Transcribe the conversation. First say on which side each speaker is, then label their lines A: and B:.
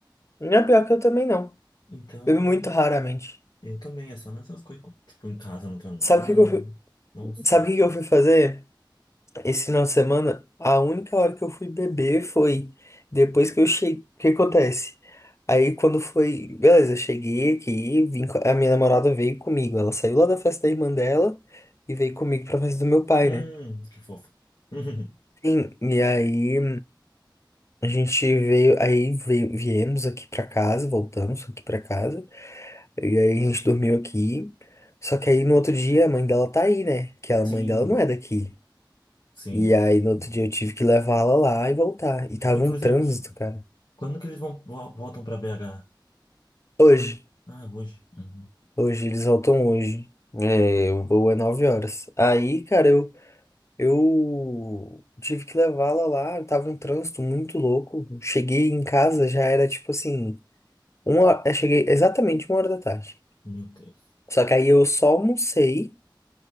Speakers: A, on the left; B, on the left.
A: Não é pior que eu também não.
B: Então,
A: Bebo muito
B: é.
A: raramente.
B: Eu também, é só nessas coisas. Tipo, em casa eu não tenho nada.
A: Sabe o que que eu fui,
B: Não saio.
A: sabe o que
B: tão-
A: que eu fui fazer esse final de semana? A única hora que eu fui beber foi depois que eu cheguei. O que acontece? Aí quando foi, beleza, eu cheguei aqui, vim, co- a minha namorada veio comigo. Ela saiu lá da festa da irmã dela e veio comigo pra festa do meu pai,
B: Hum,
A: né?
B: que fofo. <laughs>
A: Sim, e aí A gente veio, aí veio, viemos aqui pra casa, voltamos aqui pra casa, e aí a gente dormiu aqui. Só que aí no outro dia a mãe dela tá aí, né? Que a
B: Sim,
A: mãe dela não é daqui.
B: sim.
A: E aí no outro dia eu tive que levá-la lá e voltar. E tava
B: Inclusive,
A: um trânsito, cara.
B: quando que eles vão vo- voltam pra BH?
A: Hoje,
B: Ah, hoje. Hum,
A: hoje, eles voltam hoje. É, o voo é 9 horas. Aí, cara, eu, eu tive que levá-la lá, tava um trânsito muito louco. Cheguei em casa, já era tipo assim, uma, eu cheguei exatamente uma hora da tarde.
B: meu Deus.
A: Só que aí eu só almocei,